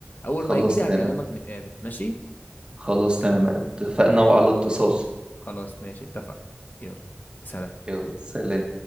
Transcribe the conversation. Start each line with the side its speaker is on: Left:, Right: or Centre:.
Left: اول
Right: خلاص
Left: ما يجي لي
Right: تمام
Left: هكلمك نتقابل ماشي
Right: خلاص تمام اتفقنا وعلى اتصال
Left: خلاص ماشي اتفقنا يلا سلام
Right: يلا سلام